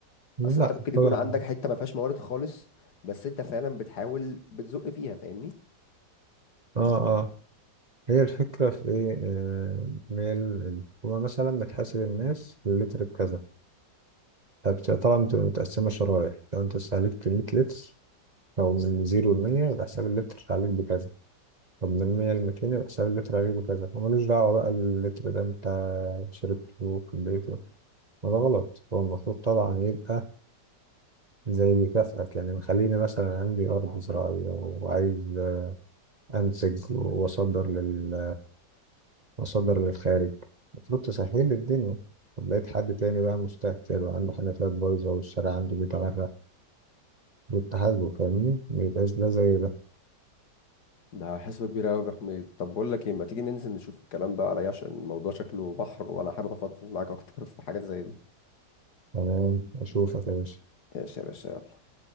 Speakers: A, on the right (about 30°); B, on the left (about 65°).
A: لا
B: اصل انت ممكن يكون
A: طبعا
B: عندك حته ما فيهاش موارد خالص بس انت فعلا بتحاول بتزق فيها فاهمني
A: اه اه هي الفكرة في ايه آه، هي الحكومة مثلا بتحاسب الناس اللتر بكذا فبت- طبعا بتبقى متقسمة شرايح لو انت استهلكت 100 لتر او من زيرو لمية يبقى حساب اللتر عليك بكذا طب من 100 ل 200 يبقى حساب اللتر عليك بكذا وملوش دعوة بقى اللتر ده انت شربته في البيت ولا- ما ده غلط هو المفروض طبعا يبقى زي بيكافئك يعني خليني مثلا عندي أرض زراعية وعايز انتج واصدر لل واصدر للخارج المفروض تسهل لي الدنيا طب لقيت حد تاني بقى مستهتر وعنده حنفيات بايظه والشارع عنده بيتغرق دول تحاسبه فاهمني ما يبقاش ده زي ده
B: ده حسبة كبيرة أوي يا أبو حميد طب بقول لك إيه ما تيجي ننزل نشوف الكلام بقى عليا عشان الموضوع شكله بحر وأنا حابب أفضفض معاك أكتر <laughs> في حاجات زي دي
A: تمام اشوفك يا باشا
B: ماشي يا باشا يلا